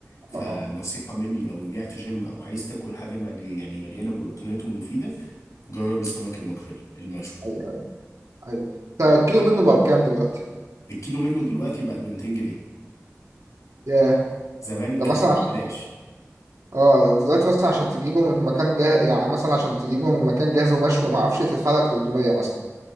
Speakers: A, on the left (about 80°); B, on the right (about 80°).
A: فنصيحة
B: اه اه
A: مني لو رجعت جيم او عايز تاكل حاجة ملي يعني مليانة بروتينات ومفيدة جرب السمك الماكريل المشوي
B: ايوه ايوه أنت الكيلو منه بقى بكام دلوقتي
A: الكيلو منه دلوقتي بقى ب 200 جنيه
B: ياه
A: زمان كان
B: ده مثلا
A: ببلاش
B: عشان- اه دلوقتي مثلا عشان تجيبه من مكان جاهز يعني مثلا عشان تجيبه من مكان جاهز ومشوي وما اعرفش إيه، تدفع لك 300 مثلا